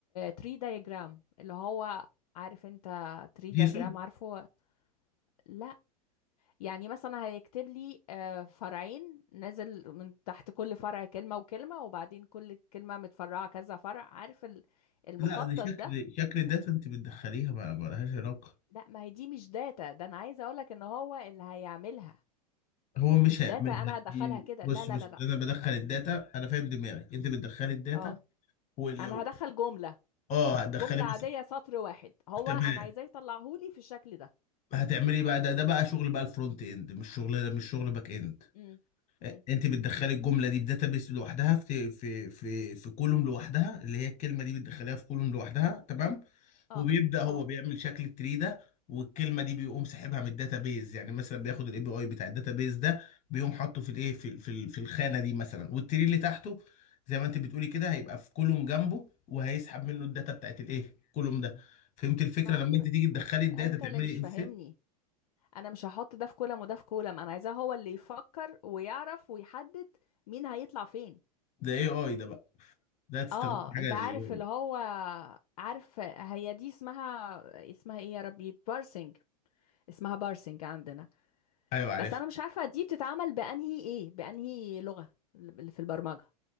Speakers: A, on the left (about 65°); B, on the left (about 35°).
A: تري دايجرام اللي هو عارف انت تري
B: جيسون
A: دايجرام عارفه لا يعني مثلا هيكتب لي آه، فرعين نازل من تحت كل فرع كلمة وكلمة وبعدين كل كلمة متفرعة كذا فرع عارف ال- المخطط
B: لا دي شكل
A: ده
B: شكل داتا انت بتدخليها ما ما لهاش علاقه
A: لا ما هي دي مش داتا ده انا عايزة اقولك ان هو اللي هيعملها
B: هو مش
A: مش
B: هيعملها
A: داتا انا هدخلها
B: دي
A: كده
B: بص
A: لا لا
B: بص
A: لا لا
B: انا بدخل الداتا انا فاهم دماغك انت بتدخلي الداتا
A: اه
B: وال
A: انا هدخل جملة
B: اه هتدخلي
A: جملة
B: بس
A: عادية سطر واحد هو
B: تمام
A: انا عايزاه يطلعهولي في الشكل ده
B: هتعملي بقى ده ده بقى شغل بقى الفرونت اند مش شغل مش شغل باك اند
A: امم امم
B: انت بتدخلي الجمله دي في داتابيس لوحدها في في في في كولوم لوحدها اللي هي الكلمه دي بتدخليها في كولوم لوحدها تمام وبيبدا
A: اه
B: هو
A: اه
B: بيعمل شكل التري ده والكلمه دي بيقوم ساحبها من الداتابيز يعني مثلا بياخد الاي بي اي بتاع الداتابيز ده بيقوم حاطه في الايه في ال- في ال- في الخانه دي مثلا والتري اللي تحته زي ما انت بتقولي كده هيبقى في كولوم جنبه وهيسحب منه الداتا بتاعت الايه كولوم ده فهمت الفكره
A: ما
B: لما انت تيجي تدخلي
A: انت
B: الداتا تعملي
A: اللي مش فاهمني
B: انسert
A: انا مش هحط ده في كولم وده في كولم انا عايزاه هو اللي يفكر ويعرف ويحدد مين هيطلع فين
B: ده اي اي ده بقى ده تستخدم
A: اه
B: حاجه
A: انت
B: لل
A: عارف
B: AI.
A: اللي هو عارف هي دي اسمها اسمها ايه يا ربي بارسنج اسمها بارسنج عندنا
B: ايوه عارف
A: بس انا مش عارفة دي بتتعمل بانهي ايه بانهي لغة اللي في البرمجة